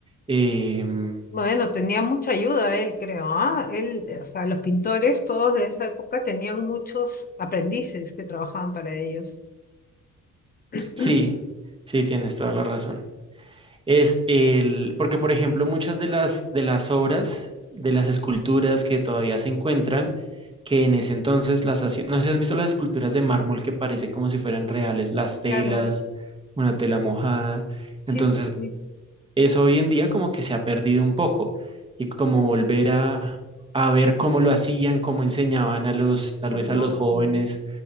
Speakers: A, on the right; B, on the left.
A: em,
B: Bueno, tenía mucha ayuda él, creo, ¿ah? Él, eh, o sea, los pintores todos de esa época tenían muchos aprendices que trabajaban para ellos. <clears throat>
A: sí, sí, tienes toda la razón. es el, porque por ejemplo muchas de las, de las obras, de las esculturas que todavía se encuentran, que en ese entonces las hacían, no sé si has visto las esculturas de mármol que parece como si fueran reales, las telas,
B: Claro,
A: una tela mojada,
B: sí,
A: entonces
B: sí, sí,
A: eso hoy en día como que se ha perdido un poco y como volver a, a ver cómo lo hacían, cómo enseñaban a los, tal
B: qué hermoso,
A: vez a los jóvenes
B: ¿no?